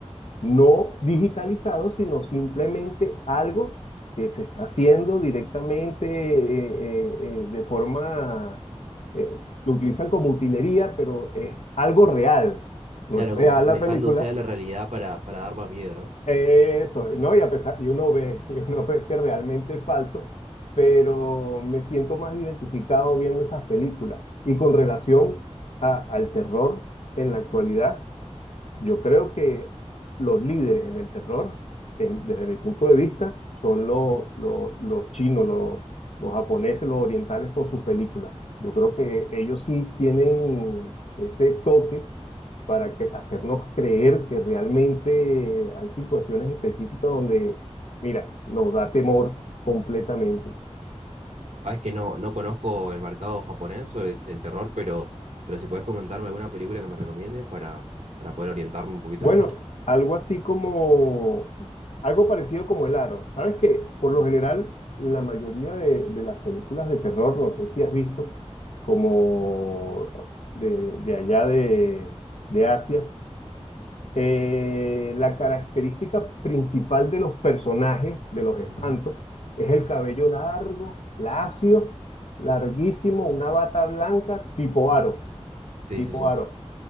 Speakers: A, on the left; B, on the right.
A: no digitalizado, sino simplemente algo que se está haciendo directamente eh, eh, eh, de forma, eh, lo utilizan como utilería, pero es algo real, no
B: Claro,
A: es real
B: como asemejándose
A: la película,
B: a la realidad para, para dar más miedo, ¿no?
A: eso, ¿no? Y a pesar, y uno ve, <laughs> y uno ve que realmente es falso, pero me siento más identificado viendo esas películas. Y con relación a- al terror en la actualidad, yo creo que los líderes en el terror, en- desde mi punto de vista, son los
B: Ujú.
A: lo- los chinos, lo- los japoneses, los orientales con sus películas. Yo creo que ellos sí tienen ese toque para que- hacernos creer que realmente hay situaciones específicas donde, mira, nos da temor completamente.
B: Sabes que no, no conozco el mercado japonés sobre el, el terror, pero, pero si puedes comentarme alguna película que me recomiendes para, para poder orientarme un poquito
A: Bueno,
B: después.
A: algo así como, algo parecido como El Aro. ¿Sabes qué? Por lo general, la mayoría de, de las películas de terror, no sé si has visto, como de, de allá de, de Asia, eh, la característica principal de los personajes, de los espantos,
B: Ujú.
A: es el cabello largo, lacio, larguísimo, una bata blanca, tipo aro,
B: Sí,
A: tipo
B: sí, sí.
A: aro.